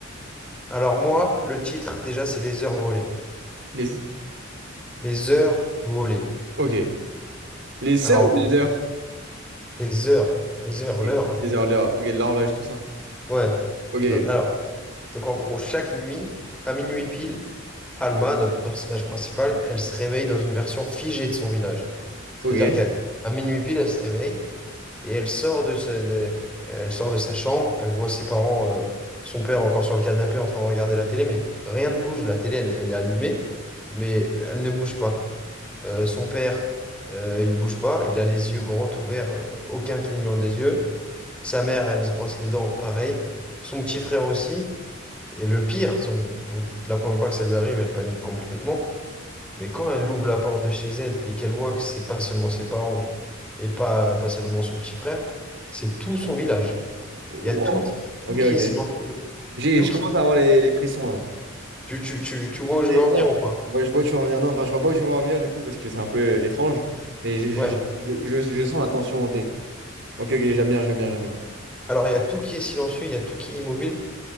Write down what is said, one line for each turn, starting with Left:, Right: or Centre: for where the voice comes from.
Centre: Alors moi, le titre, déjà, c'est les heures volées.
Right: Les...
Centre: Les heures volées.
Right: Ok. Les sœurs
Centre: Alors,
Right: ou les heures?
Centre: les heures, les heures,
Right: Ok.
Centre: l'heure.
Right: Les heures, l'heure. Ok, l'horloge, tout ça.
Centre: Ouais.
Right: Ok.
Centre: Donc, alors, donc en gros, chaque nuit, à minuit pile, Alma, notre personnage principal, elle se réveille dans une version figée de son village. C'est-à-dire
Right: Ok. Ok.
Centre: qu'à à minuit pile, elle se réveille et elle sort de sa, de- elle sort de sa chambre, elle voit ses parents, euh, son père encore sur le canapé en train de regarder la télé, mais rien ne bouge. La télé, elle, elle est allumée, mais elle ne bouge pas. Euh, son père, euh, il bouge pas, il a les yeux grands ouverts, euh, aucun clignement des yeux. Sa mère, elle se brosse les dents, pareil. Son petit frère aussi. Et le pire, son- donc, la première fois que ça lui arrive, elle panique complètement. Mais quand elle ouvre la porte de chez elle et qu'elle voit que c'est pas seulement ses parents et pas, pas seulement son petit frère, c'est tout son village.
Right: Wow.
Centre: Il y a tout,
Right: Ok,
Centre: tout
Right: ok.
Centre: qui est silencieux.
Right: J'ai,
Centre: Tout
Right: je
Centre: qui...
Right: commence à avoir les, les frissons là.
Centre: Tu, tu, tu, tu vois où je
Right: Et
Centre: veux en venir
Right: là,
Centre: ou pas?
Right: bah, je vois où tu vas en venir. Non, enfin, je vois pas où tu vas en venir du coup parce que c'est un peu euh, étrange. Mais je, je,
Centre: Ouais.
Right: je, je, je sens la tension monter. Ok, ok, j'aime bien, j'aime bien, j'aime bien.
Centre: Alors, il y a tout qui est silencieux, il y a tout qui est immobile.